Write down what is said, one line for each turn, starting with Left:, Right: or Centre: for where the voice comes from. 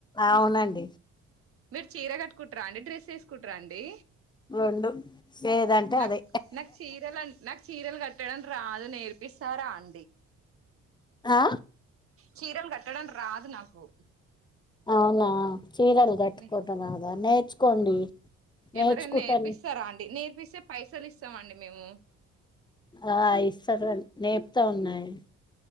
Left: అవునండి
Right: మీరు చీర కట్టుకుంటార అండి డ్రెస్ వేసుకుంటార అండి
Left: రెండు ఏదంటే
Right: నాకు
Left: అదే
Right: నాకు చీరలు నాకు చీరలు కట్టడం రాదు నేర్పిస్తార అం
Left: ఆ
Right: చీరలు కట్టడం రాదు నాకు
Left: అవునా చీరలు కట్టుకోవటం
Right: నే
Left: రాదా నేర్చుకోండి నేర్చుకుంటాను
Right: ఎవరైనా నేర్పిస్తారా అండి నేర్పిస్తే పైసలు ఇస్తామండి మేము
Left: ఆ ఇస్తార అండి నేపుతా ఉన్నాయి